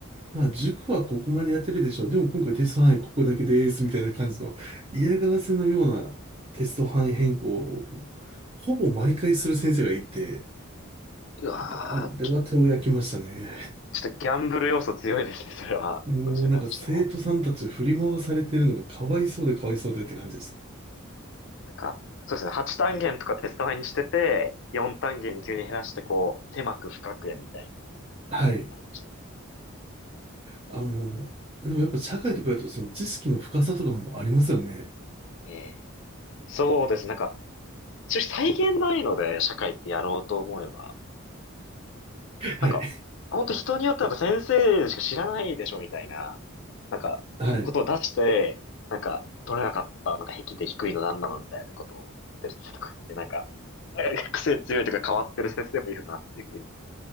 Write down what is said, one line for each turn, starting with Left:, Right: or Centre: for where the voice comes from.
Right: まあ塾はここまでやってるでしょう。でも今回テスト範囲ここだけですみたいな感じの嫌がらせのようなテスト範囲変更をほぼ毎回する先生がいて、
Left: うわー、
Right: もうあれは手を焼きましたね。
Left: きちょっとギャンブル要素強いですね、それは。
Right: もうなんか生徒さんたち振り回されてるのがかわいそうでかわいそうでって感じでし
Left: こちら側としても。なんか、そうですね、8単元とかテスト前にしてて、4単元に急に減らして、こう、狭く深くやみたいな
Right: た。
Left: のはありましたね。
Right: はい。あ、もう、でもやっぱ社会とかだとその知識の深さとかもありますよね。
Left: ええ。そうですね、なんか、一応再現ないので、社会ってやろうと思えば。
Right: はい。
Left: なんか、ほんと人によってなんか先生しか知らないでしょみたいな、なんか、
Right: はい。
Left: ことを出して、
Right: い
Left: なんか、取れなかった、なんか壁で低いのなんなのみたいなことを言ってる先生とか言って、なんか、<laughs> 癖強いというか変わってる先生もいるなっていうふうに